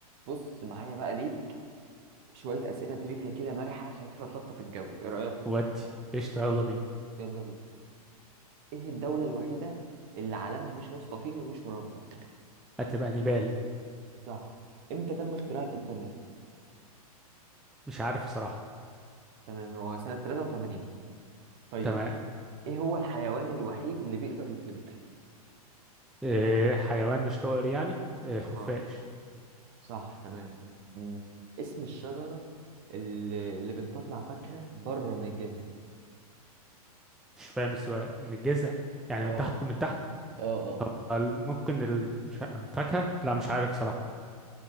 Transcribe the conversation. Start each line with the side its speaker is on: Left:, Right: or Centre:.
Right: بص معايا بقى ليك شوية أسئلة تريفيا كده مرحة خفيفة تلطف الجو إيه رأيك؟
Centre: ودي قشطة يلا بينا
Right: يلا بينا إيه الدولة الوحيدة اللي علمها مش مستطيل ومش مربع؟
Centre: هتبقى نبال
Right: صح إمتى تم اختراع الإنترنت؟
Centre: مش عارف صراحة
Right: تمام هو سنة 83 طيب
Centre: تمام
Right: إيه هو الحيوان الوحيد اللي بيقدر يطير؟
Centre: إيه حيوان مش طائر يعني إيه الخفاش
Right: آه صح تمام مم. اسم الشجرة اللي, اللي بتطلع فاكهة بره من الجذع
Centre: مش فاهم السؤال من الجذع يعني
Right: اه
Centre: من تحت من تحت
Right: اه اه
Centre: طب ال- ممكن ال... مش ع- فاكهة لا مش عارف صراحة